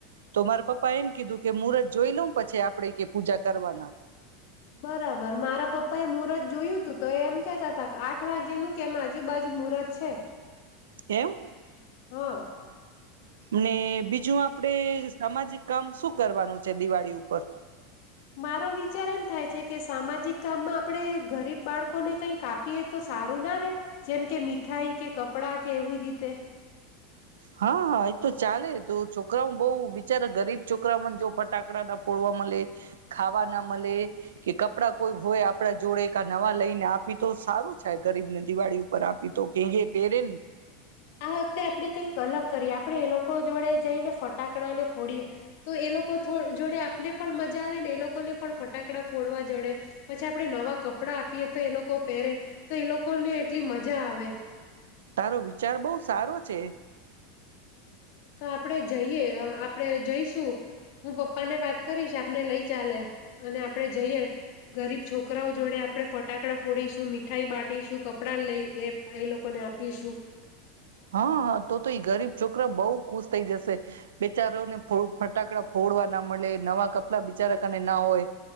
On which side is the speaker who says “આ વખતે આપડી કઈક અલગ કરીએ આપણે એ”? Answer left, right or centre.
Left